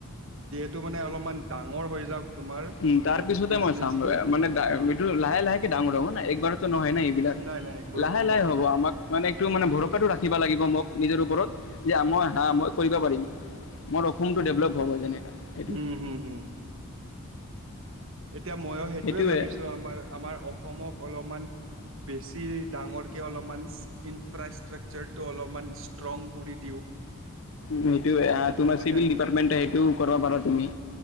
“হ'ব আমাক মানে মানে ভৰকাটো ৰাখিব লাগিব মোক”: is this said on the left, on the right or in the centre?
Left